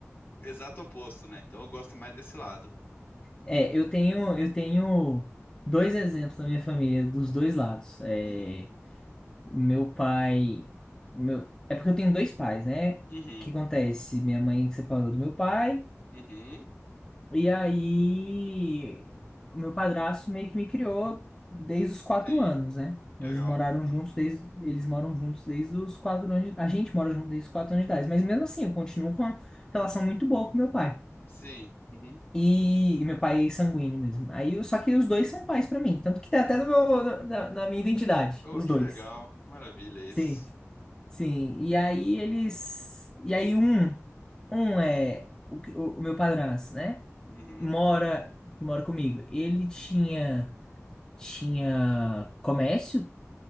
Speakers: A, on the left; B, on the left.
A: exato oposto, né? Então eu gosto mais desse lado.
B: É, eu tenho, eu tenho dois exemplos na minha família, dos dois lados. é
A: Uhum.
B: Meu pai. Meu... É porque eu tenho dois pais, né? O
A: Uhum.
B: que acontece? Minha mãe separou do meu pai,
A: Uhum.
B: e aí o meu padrasto meio que me criou desde
A: Sim.
B: os quatro anos, né?
A: Legal.
B: Eles moraram juntos desde. Eles moram juntos desde os quatro anos. de- A gente mora junto desde os quatro anos de idade. Mas mesmo assim, eu continuo com uma relação muito boa com meu pai.
A: Sim. Uhum.
B: E, e meu pai é sanguíneo mesmo. Aí, eu- só que os dois são pais pra mim. Tanto que tá até no meu, na, na na minha identidade,
A: Oh,
B: os
A: que
B: dois.
A: legal. Maravilha isso.
B: Sim. Sim, e aí eles. E aí um, um é o, que- o- o meu padrasto, né?
A: Uhum.
B: Mora, que mora comigo. Ele tinha tinha comércio,